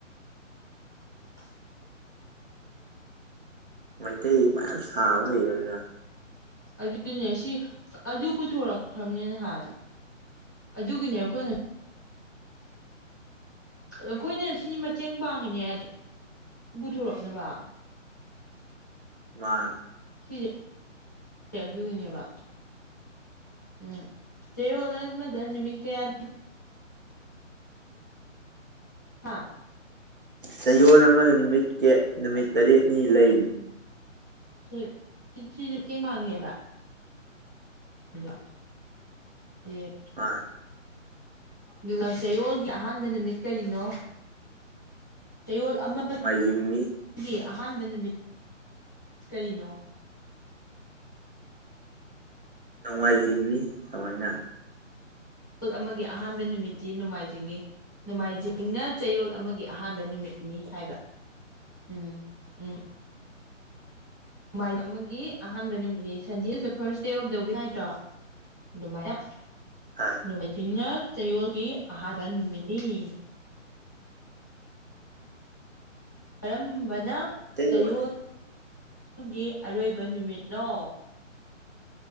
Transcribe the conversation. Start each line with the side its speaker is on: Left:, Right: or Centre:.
Left: <unintelligible>
Right: ꯃꯩꯇꯩꯖꯤ ꯃꯌꯥꯝ ꯁꯥꯕ ꯍꯩꯔꯗ꯭ꯔꯥ
Left: ꯑꯗꯨꯅꯦ ꯁꯤ ꯑꯗꯨ ꯄꯨꯊꯣꯔꯛꯈ꯭ꯔꯕꯅꯦ ꯅꯍꯥꯟ ꯑꯗꯨꯒꯤꯅꯦ ꯑꯩꯈꯣꯏꯅ ꯑꯈꯣꯏꯅ ꯁꯤ ꯃꯇꯦꯡ ꯄꯥꯡꯉꯤꯅꯦ ꯑꯗꯨ ꯄꯨꯊꯣꯔꯛꯅꯕ
Right: ꯃꯥꯅꯤ
Left: ꯁꯤꯁꯦ ꯑꯗꯨꯒꯤꯅꯦꯕ ꯎꯝ ꯆꯌꯣꯜ ꯑꯃꯗ ꯅꯨꯃꯤꯠ ꯀꯌꯥꯅꯤ ꯍꯥꯥ
Right: ꯆꯌꯣꯜ ꯑꯃ ꯅꯨꯃꯤꯠ ꯀꯦ ꯅꯨꯃꯤꯠ ꯇꯔꯦꯠꯅꯤ ꯂꯩ
Left: ꯁꯤ ꯁꯤ ꯁꯤꯁꯦ ꯃꯇꯦꯡ ꯄꯥꯡꯉꯦꯕ ꯑꯗꯣ ꯁꯤ
Right: ꯃꯥꯅꯤ
Left: ꯑꯗꯨꯒ ꯆꯌꯣꯜꯒꯤ ꯑꯍꯥꯟꯕ ꯅꯨꯃꯤꯠ ꯀꯔꯤꯅꯣ ꯆꯌꯣꯜ ꯑꯃ
Right: ꯃꯥꯏꯖꯤꯡꯅꯤ
Left: ꯒꯤ ꯑꯍꯥꯟꯕ ꯅꯨꯃꯤꯠ ꯀꯩꯅꯣ
Right: ꯅꯣꯡꯃꯥꯏꯖꯤꯡꯅꯤ ꯁꯨꯃꯥꯏꯅ
Left: ꯌꯣꯜ ꯑꯃꯒꯤ ꯑꯍꯥꯟꯕ ꯅꯨꯃꯤꯠꯇꯤ ꯅꯣꯡꯃꯥꯏꯖꯤꯡꯅꯤ ꯅꯣꯡꯃꯥꯏꯖꯤꯡꯅ ꯆꯌꯣꯜ ꯑꯃꯒꯤ ꯑꯍꯥꯟꯕ ꯅꯨꯃꯤꯠꯅꯤ ꯍꯥꯏꯕ ꯎꯝ ꯎꯝ ꯅꯣꯡꯃꯥꯏ ꯑꯃꯒꯤ ꯑꯍꯥꯟꯕ ꯅꯨꯃꯤꯠꯅꯤ Sunday is the first day of the week ꯍꯥꯏꯗ꯭ꯔꯣ ꯑꯗꯨꯃꯥꯏꯅ
Right: ꯍꯥ
Left: ꯅꯣꯡꯃꯩꯖꯤꯡꯅ ꯆꯌꯣꯜꯒꯤ ꯑꯍꯥꯟꯕ ꯅꯨꯃꯤꯠꯅꯤ ꯀꯔꯝꯕꯅ
Right: ꯃꯩꯇꯩꯂꯣꯟꯁꯦ
Left: ꯆꯌꯣꯜꯒꯤ ꯑꯔꯣꯏꯕ ꯅꯨꯃꯤꯠꯅꯣ